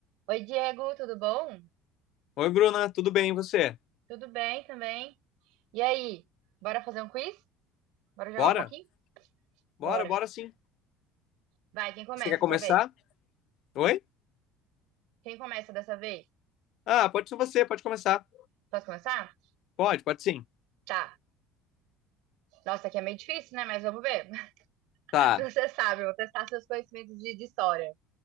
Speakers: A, on the right (about 75°); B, on the left (about 50°).
A: Oi, Diego, tudo bom?
B: Oi, Bruna, tudo bem, e você?
A: Tudo bem também. E aí, bora fazer um quiz? Bora jogar
B: Bora?
A: um pouquinho? Bora.
B: Bora, bora sim.
A: Vai, quem começa
B: Você quer começar?
A: dessa vez?
B: Oi?
A: Quem começa dessa vez?
B: Ah, pode ser você, pode começar.
A: Posso começar?
B: Pode, pode sim.
A: Tá. Nossa, aqui é meio difícil, né? Mas vamos ver. <laughs>
B: Tá,
A: Se você sabe, eu vou testar seus conhecimentos de, de história.